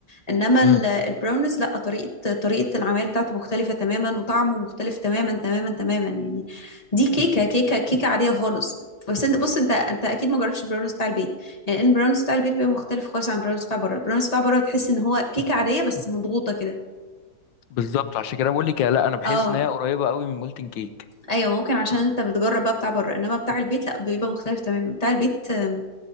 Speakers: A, on the left; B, on the left.
A: انما
B: امم
A: ال- البراونيز لا طريقة طريقة العمل بتاعته مختلفة تماما وطعمه مختلف تماما تماما تماما يعني دي كيكة كيكة كيكة عادية خالص بس انت بص انت انت اكيد ما جربتش البراونيز بتاع البيت يعني البراونيز بتاع البيت بيبقى مختلف خالص عن البراونيز بتاع بره البراونيز بتاع بره تحس ان هو كيكة عادية بس مضغوطة كده
B: بالظبط عشان كده بقول لك لا انا بحس
A: اه
B: ان هي قريبه قوي من مولتن كيك
A: ايوه ممكن عشان انت بتجرب بقى بتاع بره انما بتاع البيت لا بيبقى مختلف تماما بتاع البيت آم،